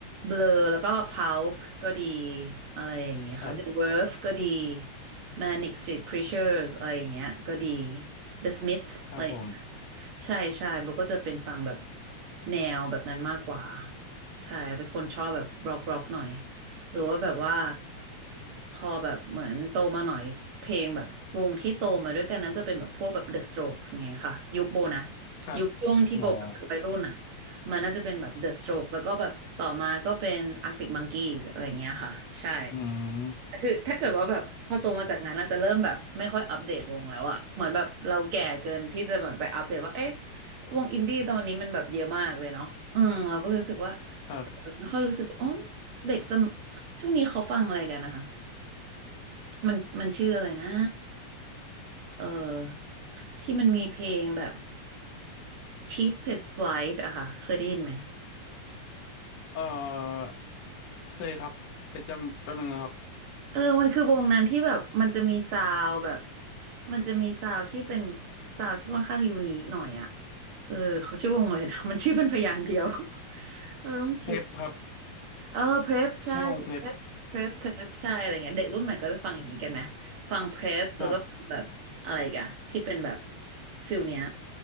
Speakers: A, on the right; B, on the left.
A: เบลอแล้วก็พัลป์ก็ดีอะไรอย่างเงี้ยค่ะ
B: ครับ
A: The Verve ก็ดี Manic Street Preachers อะไรอย่างเงี้ยก็ดี The Smith
B: ครับผม
A: อะไร ใช่ใช่โบก็จะเป็นฟังแบบแนวแบบนั้นมากกว่าใช่เป็นคนชอบแบบร็อกร็อกหน่อยหรือว่าแบบว่าพอแบบเหมือนโตมาหน่อยเพลงแบบวงที่โตมาด้วยกันนั้นจะเป็นแบบพวกแบบ The Strokes ไงค่ะยุคโบนะ
B: ครับ
A: ยุคช่วงที่โบแบบเป็นวัยรุ่นอ่ะ
B: หมอ
A: มันน่าจะเป็นแบบ The Strokes แล้วก็แบบต่อมาก็เป็น Arctic Monkeys อะไรอย่างเงี้ยค่ะใช่
B: อืม
A: คือถ้าเกิดว่าแบบพอโตมาจากนั้นอาจจะเริ่มแบบไม่ค่อยอัปเดตวงแล้วอะเหมือนแบบเราแก่เกินที่จะเหมือนไปอัปเดตว่าเอ๊ะวงอินดี้ตอนนี้มันแบบเยอะมากเลยเนาะอืมเราก็รู้สึกว่าเออไม่ค่อยรู้สึกอ๋อ
B: ครับ
A: เด็กสมช่วงนี้เขาฟังอะไรกันนะคะมันมันชื่ออะไรนะเออที่มันมีเพลงแบบ Cheapest Flight อะค่ะเคยได้ยินไหม
B: เอ่อเคยครับแต่จำแป๊บนึงนะครับ
A: เออมันคือวงนั้นที่แบบมันจะมีซาวด์แบบมันจะมีซาวด์ที่เป็นซาวด์ที่ค่อนข้างยูนิคหน่อยอ่ะเออเขาชื่อวงอะไรนะ <laughs> มันชื่อเป็นพยางค์เดียว <laughs> เราต้องคิด
B: เพลปครับ
A: เออเพร p ใช่เพร
B: ใช่วงเพลป
A: p เพร p เพร p ใช่อะไรเงี้ยเด็กรุ่นใหม่ก็จะฟังอย่างนี้กันไหมฟังเพร p
B: ครับ
A: แล้วก็ฟังแบบอะไรอีกันที่เป็นแบบฟิลเนี้ย